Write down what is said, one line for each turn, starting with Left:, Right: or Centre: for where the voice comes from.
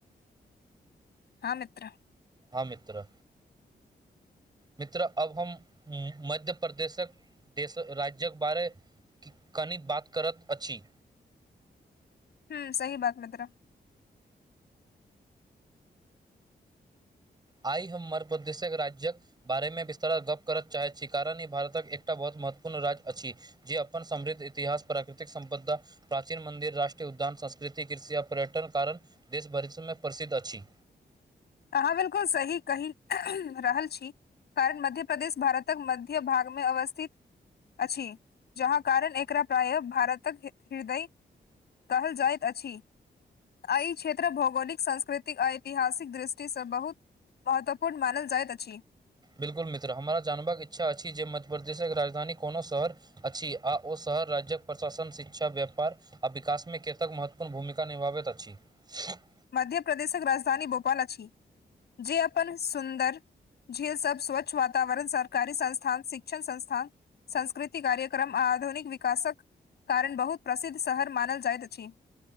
Left: हँ मित्र।
Right: हँ मित्र, मित्र अब हम मध्य प्रदेशक। देश, राज्यक बारे कनी बात करत अछि।
Left: हूँ, सही बात मित्र।
Right: आइ हम मध्प्रदेशक राज्यक। बारे में विस्तारा गप्प करय चाहैत छी, कारण ई भारतक एकटा बहुत महत्वपूर्ण राज्य अछि। जे अपन समृद्ध इतिहास, प्राकृतिक संपदा। प्राचीन मन्दिर, राष्ट्रीय उद्यान, संस्कृति, कृषि आ पर्यटन कारण देश भरिष में प्रसिद्ध अछि।
Left: अहाँ 'बिलकुल' सही कहि रहल छी, कारण मध्य प्रदेश भारत। <unintelligible> त मध्य भाग मे अवस्थित। अछि, जहाँ कारण एकरा प्रायः भारतक हृदय। कहल जाइत अछि, एहि क्षेत्र भौगोलिक, सांस्कृतिक आ ऐतिहासिक दृष्टि। से बहुत महत्वपूर्ण मानल जाइत अछि।
Right: 'बिल्कुल' मित्र! हमरा जानबाक इच्छा अछि जे, मध्य परदेशक राजधानी कोनो शहर। अछि, आ ओ शहर राज्यक प्रशासन शिक्षा व्यापार। आ विकासमे केतेक महत्वपूर्ण भूमिका निभाबैत अछि। <unintelligible>
Left: मध्य प्रदेशक राजधानी भोपाल अछि, जे अपन सुन्दर। झील सब, स्वच्छ वातावरण, सरकारी संस्थान, शिक्षण संस्थान। संस्कृति कार्यक्रम आ आधुनिक विकासक कारण, बहुत प्रसिद्ध शहर मानल जाइत अछि।